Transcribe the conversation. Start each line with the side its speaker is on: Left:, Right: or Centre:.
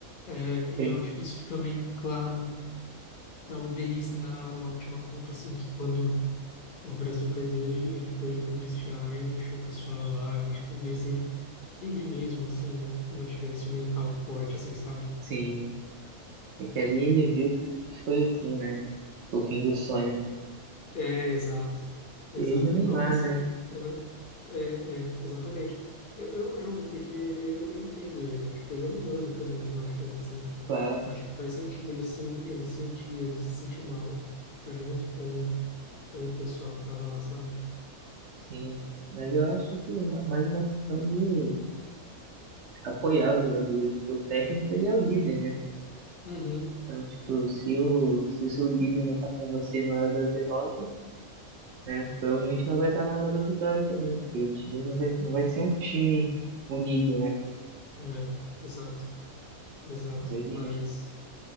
Left: É, e
Right: que,
Left: eu acho que isso fica meio claro, talvez, na, na última Copa, assim, que quando o Brasil perdeu, ele, ele foi pro vestiário e deixou o pessoal lá. Eu acho que talvez ele, ele mesmo, assim, não, não tivesse o mental forte, assim, sabe?
Right: sim, é que ali ele viu que foi o fim, né? Foi o fim do sonho.
Left: É, exato, exato.
Right: Ele e o Neymar,
Left: Não, assim,
Right: né?
Left: aham, é, é, exatamente. Eu, eu não julgo, porque eu, eu entendo ele. Tipo, ele é um humano também, afinal de contas, né?
Right: Claro,
Left: Eu Acho que faz sentido ele sim, ele sentir, ele se sentir mal junto com, com o pessoal que tava lá, sabe?
Right: sim. Mas eu acho que ma- mais uma questão de apoiar os jogadores. Porque o técnico, ele é o líder, né?
Left: Uhum,
Right: Então, tipo, se o, se o seu líder não tá com você na hora das derrotas, né? Provavelmente não vai estar na hora da vitória também, porque o time não vai, não vai ser um time unido, né?
Left: é, exato, exato.
Right: Doideira.
Left: Mas,